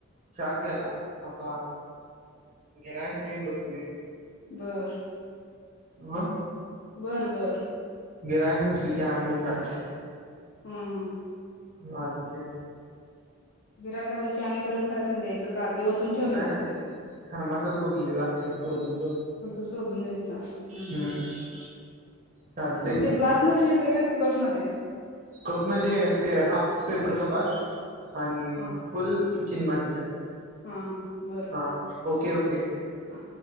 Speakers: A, on the right; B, on the left.
A: च्या केला आता गिरायक नाई बसलोय
B: बरं
A: हूं
B: बरं बरं
A: गिरायक नसले की आणि उठायचो
B: हूं हूं
A: मालिक्या
B: गिर्‍हाईक आले की आणि गरम करायच आणि द्यायचं का ते वतून ठेवलेलं
A: नाय
B: असते
A: नाय थर्मासात वतलेल अस तेच त अजून
B: पुढच शोधून द्यायचा हूं
A: हम्म
B: हूं
A: चालते
B: म ते ग्लासमध्ये देताय का ते कप मध्ये
A: कप मध्ये हाफ पेपर कपात आणि
B: हा
A: फुल चिनीमातीच्या
B: हा हा बरं बरं
A: हा ओके ओके
B: हा.